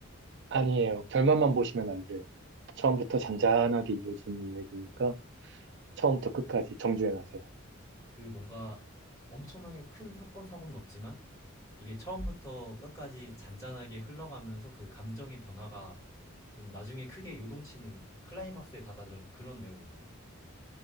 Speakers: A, on the right; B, on the left.
A: 아니에요. 결말만 보시면 안 돼요. 처음부터 잔잔하게 이어진 이야기니까 처음부터 끝까지 정주행하세요.
B: 그 뭔가 엄청나게 큰 사건 사고는 없지만 이게 처음부터 끝까지 잔잔하게 흘러가면서 그 감정의 변화가 좀 나중에 크게 요동치는 클라이막스에 다다른 그런 내용인가요?